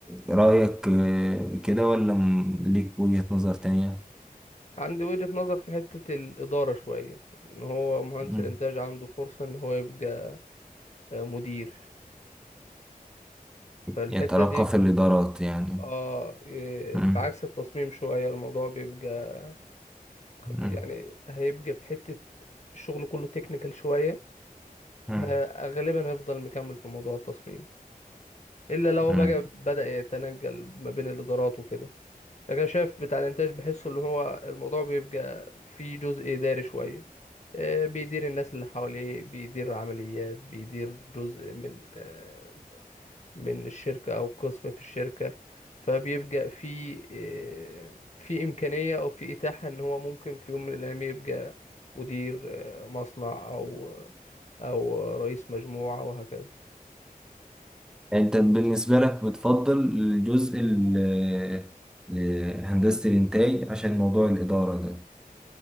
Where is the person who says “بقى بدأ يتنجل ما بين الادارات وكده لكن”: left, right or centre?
Left